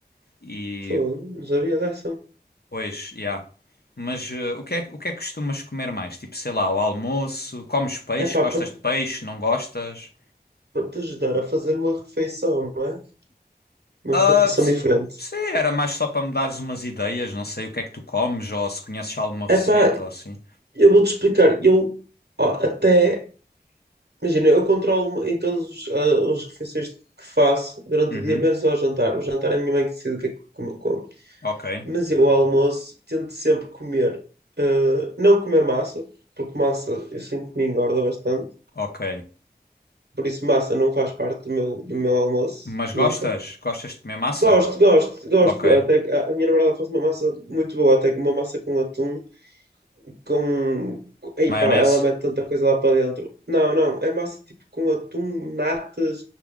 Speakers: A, on the left (about 70°); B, on the right (about 80°).
A: E
B: Pô, não sabia dessa.
A: pois, já Mas eh, o que é, o que é que costumas comer mais? Tipo, sei lá, o almoço, comes peixe,
B: É pá,
A: gostas
B: para
A: de peixe, não gostas?
B: te ajudar a fazer uma refeição, não é? Uma
A: Ah,
B: refeição
A: s-
B: diferente.
A: sim, era mais só para me dares umas ideias, não sei o que é que tu comes ou se conheces alguma
B: É
A: receita
B: pá,
A: ou assim.
B: eu vou-te explicar. Eu, ó, até, imagina, eu controlo em todas os, ah, as refeições que faço durante
A: Uhum,
B: o dia, menos ao jantar. O jantar é a minha mãe que decide o que é que como. como.
A: ok,
B: Mas eu, ao almoço, tento sempre comer, ah, não comer massa, porque massa eu sinto que me engorda bastante.
A: ok.
B: Por isso, massa não faz parte do meu, do meu almoço,
A: Mas
B: nunca.
A: gostas? Gostas de comer massa?
B: Gosto, gosto, gosto.
A: Ok.
B: Até que a a minha namorada faz uma massa muito boa, até que uma massa com atum, com. com- Ei
A: Maionese?
B: pá, ela mete tanta coisa lá para dentro. Não, não, é massa tipo com atum, natas,